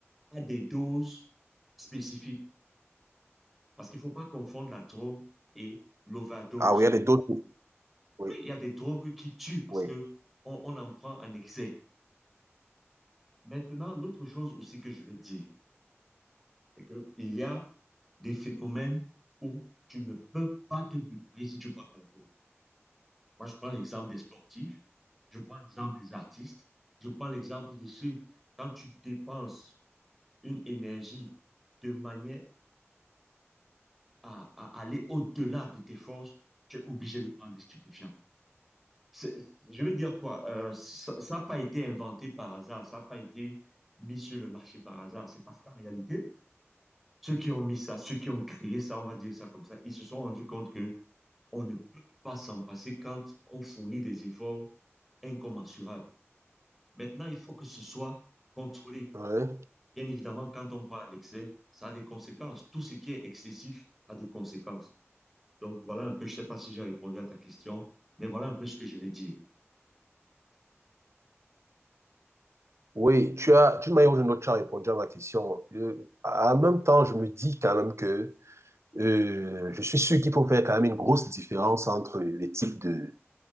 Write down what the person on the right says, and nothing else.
Ah oui, il y a des doses. Oui,
oui.
Ouais.
Oui, tu as, d'une manière ou d'une autre, tu as répondu à ma question. Euh, en même temps, je me dis quand même que euh, je suis sûr qu'il faut faire quand même une grosse différence entre les types de,